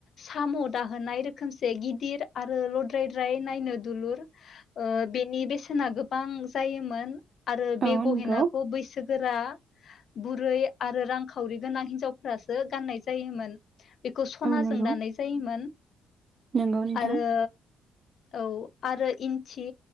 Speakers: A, on the left (about 60°); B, on the right (about 50°).
A: साम' दाहोनाय रोखोमसे गिदिर आरो लद्रायद्राय नायनो दुलुर ओ बेनि बेसेना गोब बां जायोमोन आरो बे
B: औ
A: गहेनाखौ
B: नंगौ
A: बैसोगोरा बुरै आरो रांखावरि गोनां हिनजावफोरासो गाननाय जायोमोन बेखौ सनाजों
B: औ नंगौ
A: दानाय जायोमोन
B: नंगौ नोंथां
A: आरो औ आरो इन्थि